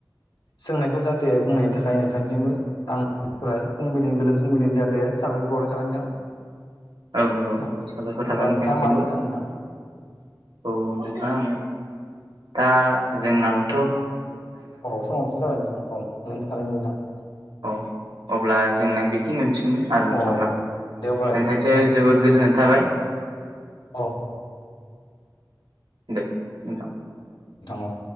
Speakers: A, on the left (about 85°); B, on the right (about 85°).
A: सोंनायखौ जाह थे बुंनायनि थाखाय नोंथांनिसिमबो आं फाय फुंबिलिनि गोजोन फुंबिलिनि जाहाथे साबायखखौ बावरनाय थाबाय नोंथां
B: औ नंगौ
A: अ
B: साबायखर थाबाय
A: अब्ला
B: नोथां
A: नोंथाङा
B: सिमबो
A: मा बुंनो सानो नोंथां
B: औ नोंथां दा जोंनाबोथ'
A: औ समावसो जाबाय नोंथां औ <unintelligible>
B: औ अब्ला जोंना बेखिनि आरो नोंथांमोना
A: अ देवबार
B: नोंथांनिसो
A: दाख्लैथ'
B: जोबोद
A: बिदि
B: गोजोननाय
A: नोंथां
B: थाबाय
A: औ
B: दे नोंथां
A: <unintelligible> <unintelligible>